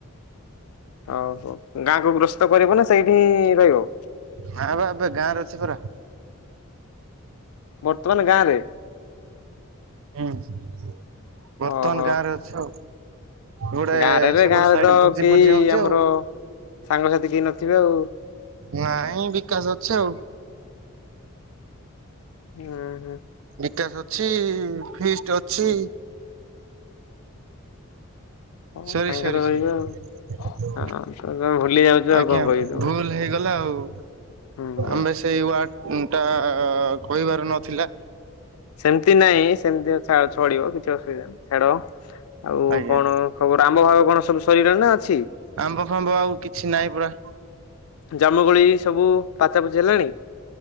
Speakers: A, on the left; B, on the right.
A: ଅହୋ ଗାଁକୁ ଗ୍ରସ୍ତ କରିବ ନା ସେଇଠିଁ ରହିବ।
B: ନାଇଁ ବା ଏବେ ଗାଁରେ ଅଛି ପରା।
A: ବର୍ତ୍ତମାନ ଗାଁ ରେ
B: ହୁଁ ବର୍ତ୍ତମାନ
A: ଓହୋ
B: ଗାଁରେ ଅଛି ଆଉ। ଗୋଟେ
A: ଗାଁରେ ରେ
B: ସେପଟେ
A: ଗାଁରେ
B: ସାଇରେ
A: ତ
B: ଭୋଜି
A: କେହି
B: ଫୋଜି ହଉଛି
A: ଆମର
B: ଆଉ।
A: ସାଙ୍ଗସାଥି କେହି ନଥିବେ ଆଉ।
B: ନାଇଁ ବିକାଶ ଅଛି ଆଉ।
A: ଉହୁଁ।
B: ବିକାଶ ଅଛି, ଫିଷ୍ଟ ଅଛି।
A: ହଁ
B: ସରି,
A: ତାଙ୍କେ
B: ସରି,
A: ତ
B: ସରି।
A: ରହିବେ ଆଉ। ହଁ ତମେ ଭୁଲି ଯାଉଛ ଆଉ
B: ଆଜ୍ଞା
A: କଣ କହିବି ତମକୁ
B: ଭୁଲ ହେଇଗଲା ଆଉ
A: ହୁଁ।
B: ଆମେ ସେଇ ୱାର୍ଡ ଟା କହିବାର ନଥିଲା।
A: ସେମିତି ନାଇଁ ସେମିତି ଚଳିବ କିଛି ଅସୁବିଧା ନାହିଁ ଛାଡ ଆଉ
B: ଆଜ୍ଞା।
A: କଣ ହୋଉ ରାମ ଭାଗ କଣ ସବୁ ସରିଲାଣି ନା ଅଛି?
B: ଆମ୍ବ ଫାମ୍ବ ଆଉ କିଛି ନାହିଁ ପୁରା।
A: ଜାମୁକୋଳି ସବୁ ପାଚା ପଚି ହେଲାଣି?